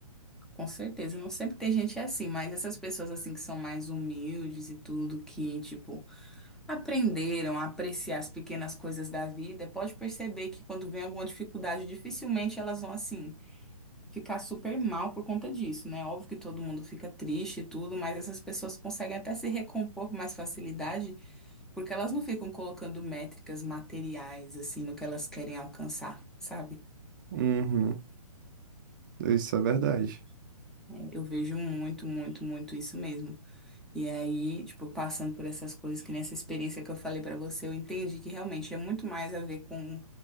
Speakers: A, in the centre; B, on the right.
A: com certeza. Não sempre tem gente assim, mas essas pessoas assim que são mais humildes e tudo, que tipo aprenderam a apreciar as pequenas coisas da vida, pode perceber que quando vem alguma dificuldade, dificilmente elas vão assim ficar super mal por conta disso, né? Óbvio que todo mundo fica triste e tudo, mas essas pessoas conseguem até se recompor com mais facilidade, porque elas não ficam colocando métricas materiais assim no que elas querem alcançar, sabe?
B: Uhum, isso é verdade.
A: Uhum. É, eu vejo muito, muito, muito isso mesmo. E aí, tipo, passando por essas coisas, que nessa experiência que eu falei pra você, eu entendi que realmente é muito mais a ver com